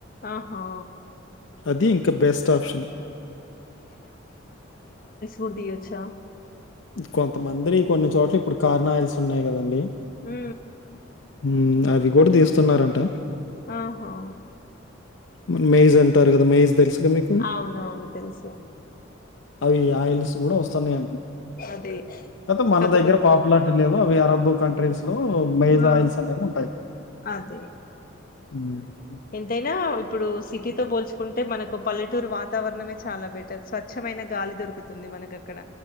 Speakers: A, on the left; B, on the left.
A: ఆహా
B: అది ఇంకా బెస్ట్ ఆప్షన్
A: ఉర్ దియొచ్చా
B: కొంతమంది కొన్ని చోట్ల ఇప్పుడు కార్నా ఆయిల్స్ ఉన్నాయి కదండి
A: ఉ ఉ
B: మ్ అవి గూడా తీస్తున్నారంట
A: ఆహా
B: మ మేజ్ అంటారు గదా మేజ్ తెలుసుకదా మీకు
A: అవునవును. తెలుసు.
B: అవి ఆయిల్స్ గూడా వస్తున్నాయి
A: అదే
B: అ మన
A: కాకపోతే
B: దగ్గర పాపులారిటీ లేవు అవి అరబ్బు కంట్రీస్ ఇ లో మేజాయిల్స్
A: ఆ!
B: అనేవి ఉంటాయి
A: అదే.
B: మ్
A: ఎంతైనా ఇప్పుడు సిటీతో పోల్చుకుంటే మనకు పల్లెటూరు వాతావరణమే చాలా బెటర్ స్వచ్ఛమైన గాలి దొరుకుతుంది మనకి అక్కడ